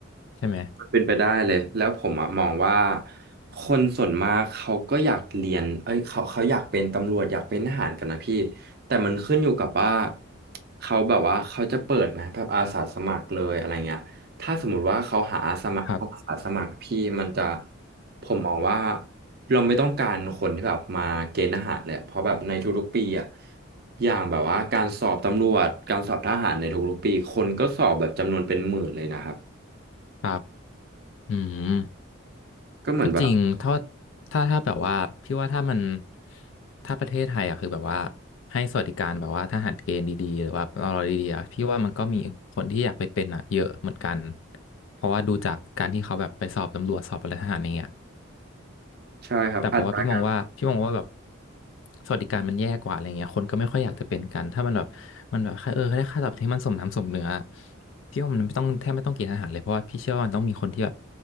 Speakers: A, on the left; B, on the right.
A: ใช่ไหม
B: เป็นไปได้เลยแล้วผมอะมองว่าคนส่วนมากเขาก็อยากเรียนเอ้ยเขาเขาอยากเป็นตำรวจอยากเป็นทหารกันนะพี่แต่มันขึ้นอยู่กับว่าเขาแบบว่าเขาจะเปิดไหมแบบอาสาสมัครเลยอะไรเงี้ยถ้าสมมติว่าเขาหาอาสาสมัครอาสาสมัครพี่มันจะ
A: ครับ
B: ผมมองว่าเราไม่ต้องการคนที่แบบมาเกณฑ์ทหารเลยเพราะแบบในทุกๆปีอะอย่างแบบว่าการสอบตำรวจการสอบทหารในทุกๆปีคนก็สอบแบบจำนวนเป็นหมื่นเลยนะครับ
A: ครับอืม
B: ก็เหมือนแบบ
A: ก็จริงถ้าถ้าถ้าแบบว่าพี่ว่าถ้ามันถ้าประเทศไทยอะคือแบบว่าให้สวัสดิการแบบว่าทหารเกณฑ์ดีๆหรือว่าตลดีๆอะพี่ว่ามันก็มีคนที่อยากไปเป็นอะเยอะเหมือนกันเพราะว่าดูจากการที่เขาแบบไปสอบตำรวจสอบอะไรทหารอย่างเงี้ย
B: ใช่ครับอัตราการ
A: แต่เพราะว่าพี่มองว่าพี่มองว่าแบบสวัสดิการมันแย่กว่าอะไรเงี้ยคนก็ไม่ค่อยอยากจะเป็นกันถ้ามันแบบมันแบบแค่าเออได้ค่าตอบแทนที่มันสมน้ำสมเนื้อพี่ว่ามันไม่ต้องแทบไม่ต้องเกณฑ์ทหารเลยเพราะว่าพี่เชื่อว่ามันต้องมีคนที่แบบ